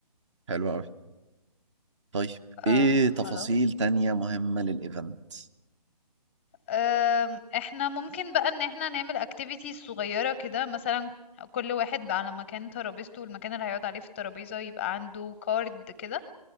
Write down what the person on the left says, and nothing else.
آه
خلا
آمم، إحنا ممكن بقى إن إحنا نعمل activities صغيرة كده مثلًا كل واحد على مكان ترابيزته، المكان اللي هيقعد عليه في الترابيزة يبقى عنده card كده